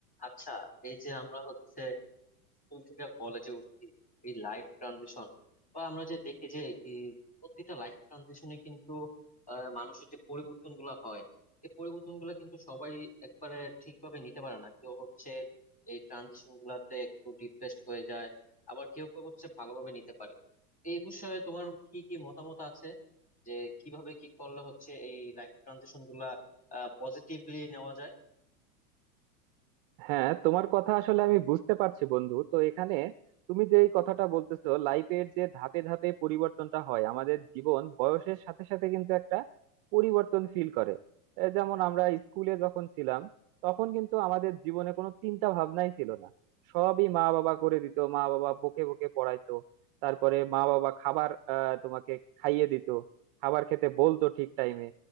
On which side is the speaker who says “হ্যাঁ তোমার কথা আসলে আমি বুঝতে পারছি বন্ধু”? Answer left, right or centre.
Right